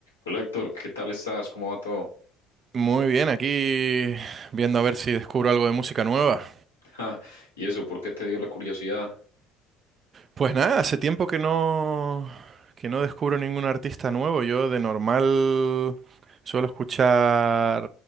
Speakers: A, on the left; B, on the right.
A: Hola Héctor, ¿qué tal estás? ¿Cómo va todo?
B: Muy bien, aquí viendo a ver si descubro algo de música nueva.
A: <laughs> Ja, ¿y eso por qué te dio la curiosidad?
B: Pues nada, hace tiempo que no que no descubro ningún artista nuevo. Yo de normal suelo escuchar